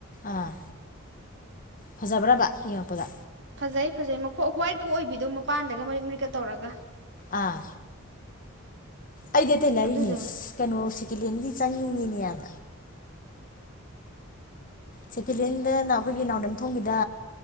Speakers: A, on the left (about 40°); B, on the right (about 55°).
A: ꯑꯥ ꯐꯖꯕ꯭ꯔꯕ ꯌꯦꯡꯉꯛꯄꯗ
B: ꯐꯖꯩ ꯐꯖꯩ ꯃ ꯍꯣꯏ ꯍ꯭ꯋꯥꯏꯠꯀ ꯑꯣꯏꯕꯤꯗꯣ ꯃꯄꯥꯟꯗꯒ ꯃꯔꯤꯛ ꯃꯔꯤꯛꯀ ꯇꯧꯔꯒ
A: ꯑꯥ ꯑꯩꯗꯤ ꯑꯇꯩ ꯂꯥꯢꯔꯤꯅꯦ
B: ꯑꯗꯨꯗꯨꯅꯦ
A: ꯀꯩꯅꯣ ꯁꯤꯀꯦꯂꯦꯟꯒꯤ ꯆꯪꯅꯤꯡꯏꯅꯦ <inaudible> ꯁꯦꯀꯦꯟ ꯍꯦꯟꯗ ꯑꯩꯈꯣꯏꯒꯤ ꯅꯥꯎꯔꯦꯝꯊꯣꯡꯒꯤꯗ